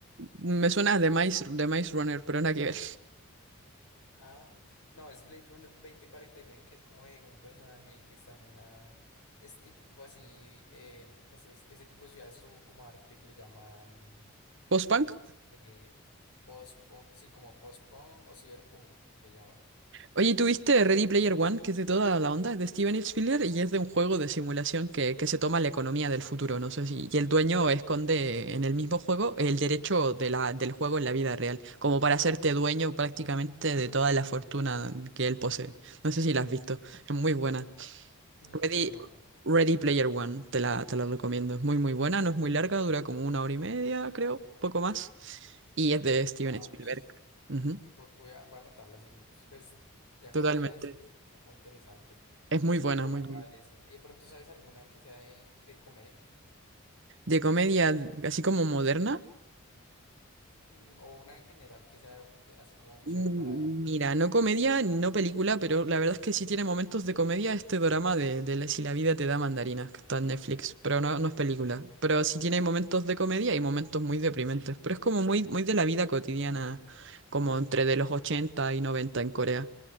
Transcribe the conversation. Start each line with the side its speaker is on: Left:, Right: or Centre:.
Right: Me suena de Maze, de Maze Runner, pero nada que ver.
Left: Ah, no, es Blade Runner 2049 que es como de un personaje que está en una... Es tipo así, eh, esos- ese tipo de ciudades o como arte que le llaman
Right: <laughs> ¿Post-punk?
Left: eh, post-punk, sí, como post-punk o cyberpunk le llaman.
Right: Oye, ¿tuviste Ready Player One, que es de toda la onda? Es de Steven Spielberg y es de un juego de simulación que, que se toma la economía del futuro, no sé si. Y el dueño esconde en el mismo juego el derecho de la, del juego en la vida real, como para hacerte dueño prácticamente de toda la fortuna que él posee. No sé si la has visto. Es muy buena.
Left: Mm,
Right: Ready,
Left: uy, no. no.
Right: Ready Player One, te la, te la recomiendo. Es muy, muy buena, no es muy larga, dura como una hora y media, creo, poco más. Y es de Steven
Left: Ah,
Right: Spielberg.
Left: uy.
Right: Ujú,
Left: Vo- Voy a, voy a anotarla, sí, pues pues, ya
Right: Totalmente.
Left: como me la describes, era como interesante.
Right: Es muy buena, muy
Left: Va, va
Right: buena.
Left: a ver esa. ¿Y de pronto sabes alguna que sea de, de comedia?
Right: De comedia, así como moderna,
Left: Mm, o una en general que sea de- así como chévere
Right: Mm,
Left: para ver.
Right: Mira, no comedia ni no película, pero la verdad es que sí tiene momentos de comedia este drama de, de la- Si la vida te da mandarinas, que está en Netflix, pero no, no es película. Pero sí tiene momentos de comedia y momentos muy deprimentes, pero es como muy, muy de la vida cotidiana, como entre de los 80 y 90 en Corea.